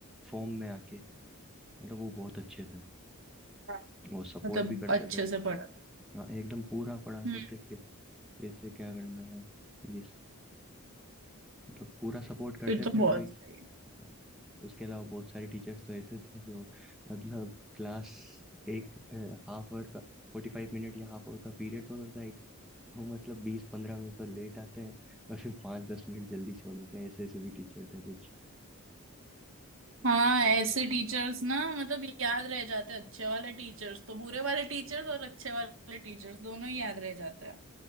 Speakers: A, in the centre; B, on the right.
A: फॉर्म में आके मतलब वो बहुत अच्छे थे
B: हाँ,
A: वो सपोर्ट
B: मतलब
A: भी करते
B: अच्छे
A: थे
B: से पढ़ाते
A: हाँ एकदम पूरा पढ़ाते
B: हम्म
A: थे कि कैसे क्या करना है ये सब मतलब पूरा सपोर्ट करते
B: फिर तो
A: थे
B: बहुत
A: वही
B: सही है
A: हाँ, उसके अलावा बहुत सारे टीचर्स तो ऐसे थे जो मतलब क्लास एक हाफ आवर का फोर्टी फाइव मिनट या हाफ आवर का पीरियड होता था एक तो मतलब बीस पंद्रह मिनट तो लेट आते हैं और फिर पाँच दस मिनट जल्दी छोड़ देते हैं ऐसे ऐसे भी टीचर थे कुछ
B: हाँ ऐसे टीचर्स ना मतलब याद रह जाते हैं अच्छे वाले टीचर्स तो बुरे वाले टीचर्स और अच्छे वाले टीचर्स दोनों ही याद रह जाते हैं